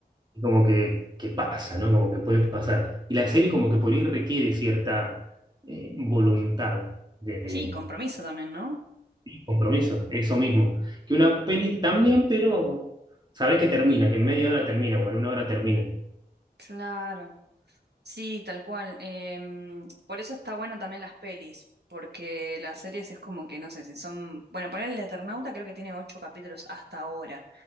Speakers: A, on the right; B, on the right.
A: y como que, que pasa, ¿no? Como que puede pasar. Y la serie como que por ahí requiere cierta eh, voluntad de
B: Sí, compromiso también, ¿no?
A: compromiso, eso mismo. Que una peli también, pero sabés que termina, que en media hora termina, o en una hora termina.
B: Claro. Sí, tal cual. Em, por eso está bueno también las pelis, porque las series es como que, no sé, si son... Bueno, poner el Eternauta creo que tiene ocho capítulos hasta ahora,